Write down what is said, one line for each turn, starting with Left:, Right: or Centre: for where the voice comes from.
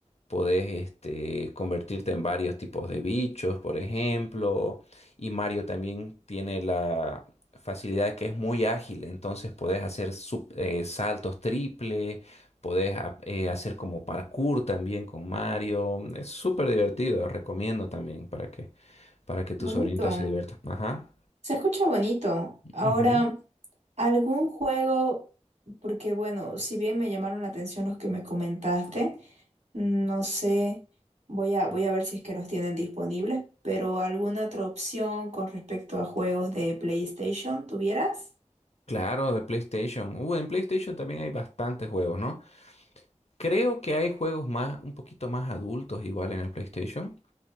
Left: podés este, convertirte en varios tipos de bichos, por ejemplo. Y Mario también tiene la facilidad que es muy ágil, entonces podés hacer sup- eh, saltos triple, podés a- eh, hacer como parkour también con Mario. Es súper divertido, recomiendo también para que, para que tus
Right: Bonito.
Left: sobrinitos se diviertan. Ajá.
Right: Se escucha bonito. Ahora,
Left: Ujú.
Right: algún juego, porque bueno, si bien me llamaron la atención los que me comentaste, no sé, voy a, voy a ver si es que los tienen disponibles, pero alguna otra opción con respecto a juegos de PlayStation, ¿tuvieras?
Left: Claro, de PlayStation. Uh, en PlayStation también hay bastantes juegos, ¿no? Creo que hay juegos más, un poquito más adultos igual en el PlayStation,